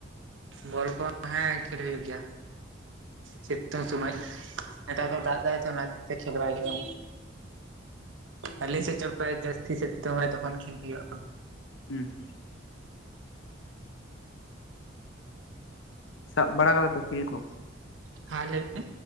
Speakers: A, on the right; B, on the left.
A: ᱵᱚᱞ ᱠᱚᱦᱚᱸ ᱦᱮᱸ ᱠᱷᱮᱞ ᱦᱩᱭᱩᱜ ᱜᱮᱭᱟ ᱥᱤᱛᱩᱝ ᱥᱩᱢᱟᱹᱭ᱾ ᱱᱮᱛᱟᱨ ᱫᱚ ᱫᱟᱜ ᱮᱫᱟᱭ ᱛᱚ ᱚᱱᱟᱛᱮ ᱠᱷᱮᱞ ᱵᱟᱭ ᱦᱩᱭᱩᱜ-ᱟ᱾ ᱟᱞᱮ ᱥᱮᱜ ᱪᱟ ᱡᱟᱹᱥᱛᱤ ᱥᱤᱛᱩᱝᱟᱭ ᱛᱚᱠᱷᱚᱱ ᱠᱷᱮᱞ ᱦᱩᱭᱩᱜ-ᱟ᱾
B: ᱦᱩᱸ᱾ ᱥᱟᱵ ᱵᱟᱲᱟ ᱠᱟᱫᱟ ᱯᱮ ᱠᱷᱮᱞ ᱠᱚ?
A: ᱦᱟᱸ ᱞᱟᱹᱭ ᱢᱮ?